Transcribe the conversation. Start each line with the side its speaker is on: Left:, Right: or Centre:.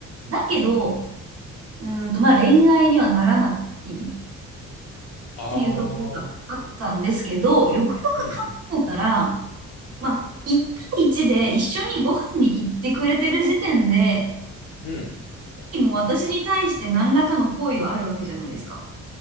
Right: だけど、うーんと、まあ恋愛にはならない。っていうところがあったんですけど、
Left: あー。
Right: よくよく考えたら、
Left: うんうん。
Right: まあ、1対一で一緒にご飯に行ってくれてる時点で、
Left: うん。
Right: 敵も私に対して何らかの行為はあるわけじゃないですか。